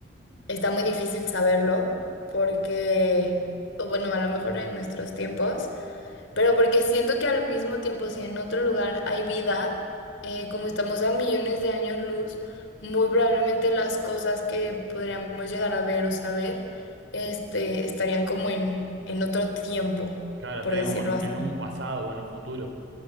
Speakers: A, on the left (about 75°); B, on the right (about 75°).
A: Está muy difícil saberlo porque, o bueno, a lo mejor en nuestros tiempos, pero porque siento que al mismo tiempo, si en otro lugar hay vida, eh, como estamos a millones de años luz, muy probablemente las cosas que podríamos llegar a ver o saber, este, estarían como en, en otro tiempo,
B: Claro, estarían
A: por decirlo
B: como en,
A: así.
B: en un pasado o en un futuro,